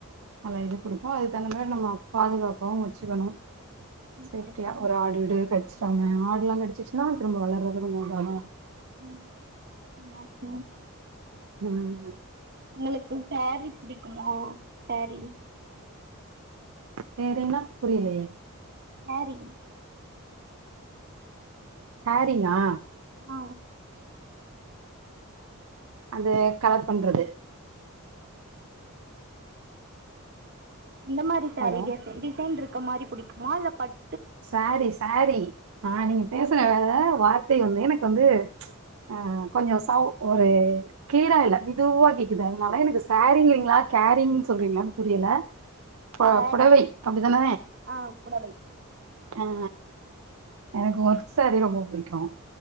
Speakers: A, on the right; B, on the right.
A: நல்லா இது குடுக்கும் அது தனியா நம்ம பாதுகாப்பாவும் வச்சுக்கணும்.
B: ஓகே
A: சக்கியா
B: ஃப்ரெண்ட்
A: ஒரு ஆடு டு கட்ச் செம ஆடெல்லாம் கடிச்சுச்சுன்னா திரும்ப வளர்றது கொஞ்சம் சிரமம்
B: <unintelligible> ம் நப்ப
A: ம்
B: உங்களுக்கு சேரீ பிடிக்குமா. சேரீ
A: சேரீனா புரியலையே.
B: சேரி
A: ஹேரிங்கா.
B: ஆ
A: அது கலசம்கறது.
B: இந்த மாரி சாரீ
A: ஹலோ
B: டி டிசைன் இருக்கற மாரி புடிக்குமா இல்ல பட்
A: சேரி சேரி ஆ நீங்க பேசுற வேற வார் தை வந்து எனக்கு வந்து ஆ கொஞ்சொ சௌ ஒரு க்ளீரா இல்ல மெதுவா கேக்குது அதுனால எனக்கு சேரிங்கிறீங்ளா கேரிங்ன் சொல்றீங்ளான் புரியல பொ
B: சேரீ
A: புடவை அப்டிதான
B: ஆ புடவை
A: ஆ எனக்கு ஒர்க் சாரி ரொம்ப புடிக்கு